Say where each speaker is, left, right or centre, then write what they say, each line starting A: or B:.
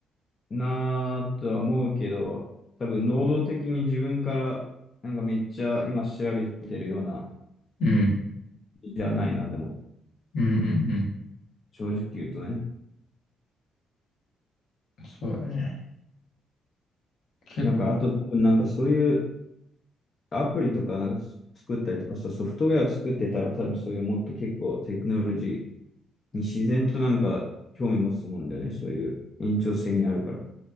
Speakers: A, on the left; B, on the left.
A: なぁとは思うけど、多分能動的に自分から、なんかめっちゃ今調べてるような、
B: うん。
A: じゃないな、でも、
B: うんうんうん。
A: 正直言うとね。
B: そうだね。結構
A: なんか、あと多分なんかそういうアプリとかなんか作ったりとかさ、ソフトウェア作ってたら多分そういうもっと結構テクノロジーに自然となんか興味持つと思うんだよね。そういう延長線にあるから。